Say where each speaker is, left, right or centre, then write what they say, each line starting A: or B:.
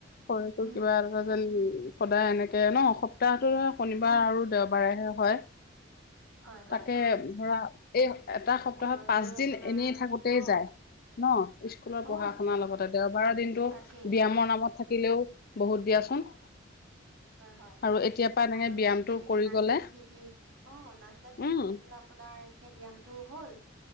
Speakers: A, on the left (about 50°); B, on the right (about 85°).
A: হয় তো
B: উম
A: কিবাজান উ সদায় এনেকে ন সপ্তাহটো শনিবাৰ
B: উম
A: আৰু দেওবাৰেহে হয়।
B: হয় হয়
A: তাকে
B: অ
A: ধৰা এই এটা সপ্তাহত
B: ঘৰতো
A: পাঁচদিন
B: আপোনাৰ
A: এনেই থাকোঁতেই
B: অ
A: যায় ন স্কুলৰ
B: অ
A: পঢ়া শুনাৰ লগতে দেওবাৰৰ দিনটো
B: তাকেই
A: ব্যয়ামৰ নামত থাকিলেও বহুত দিয়াচোন
B: হয় হয়
A: আৰু এতিয়াৰ পৰা এনেকে
B: আৰু
A: ব্যায়ামটো
B: তেনেকে
A: কৰি
B: নাচ
A: গলে
B: গান শিকি অ নাচ গান শিকি
A: উম
B: থাকিলে আপোনাৰ সেই ব্যায়ামটো হ'ল